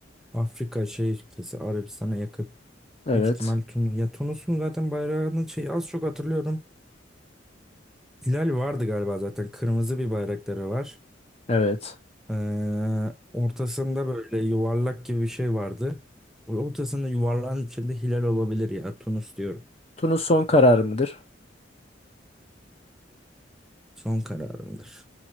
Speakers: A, in the centre; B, on the left.
A: Afrika şey ülkesi Arabistan'a yakın.
B: evet.
A: Büyük ihtimal Tunus. Ya Tunus'un zaten bayrağını şey az çok hatırlıyorum. Hilal vardı galiba zaten. Kırmızı bir bayrakları var.
B: Evet.
A: Ee, ortasında böyle yuvarlak gibi bir şey vardı. O ortasında yuvarlağın içinde hilal olabilir ya. Tunus diyorum.
B: Tunus son kararı mıdır?
A: Son kararımdır.